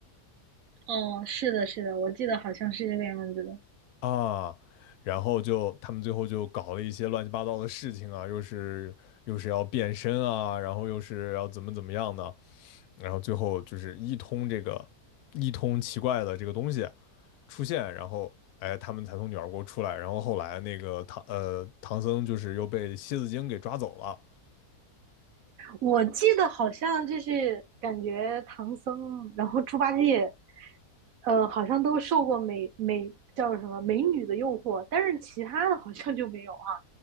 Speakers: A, on the right; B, on the left.
A: 哦，是的，是的，我记得好像是这个样子的。
B: 啊。然后就他们最后就搞了一些乱七八糟的事情啊，又是又是要变身啊，然后又是要怎么怎么样呢？然后最后就是一通这个一通奇怪的这个东西，出现，然后哎，他们才从女儿国出来。然后后来那个唐呃唐僧就是又被蝎子精给抓走了。
A: 我记得好像就是感觉唐僧，然后猪八戒，呃，好像都受过美美叫什么美女的诱惑，但是其他的好像就没有啊，